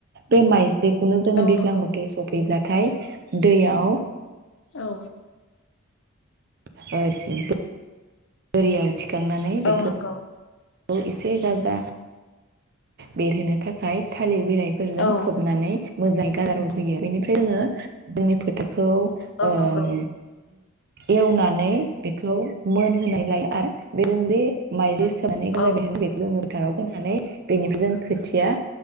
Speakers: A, on the right (about 45°); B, on the left (about 55°).
A: बे माइ बेखौनो जोङो
B: औ
A: दैज्लां
B: नंगौ
A: बोथोर सफैब्ला नाथाय दैयाव
B: औ
A: <inaudible> बोरै आथि <inaudible> खांनानै
B: औ
A: बेखौ
B: नंगौ
A: औ इसे गाजा बेरहोनो थाखाय थालिर बिलायफोरजों
B: औ
A: खोबनानै मोजाङै गा <inaudible> होयो बेनिफ्राय जोङो जोंनि फोथार खौ
B: औ
A: ओम
B: नंगौ
A: एवनानै बेखौ मोनहोनाय लायो आरो बे जोंदि माइ <inaudible> फोनानै गाजा
B: औ
A: बेरहोना <inaudible> फोथाराव फोनानै बेनिफ्राय जों खोथिया